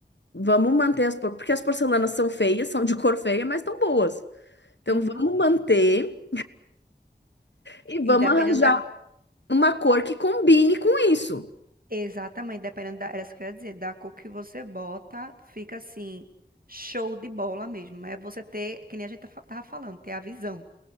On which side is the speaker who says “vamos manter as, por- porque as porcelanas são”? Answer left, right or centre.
Left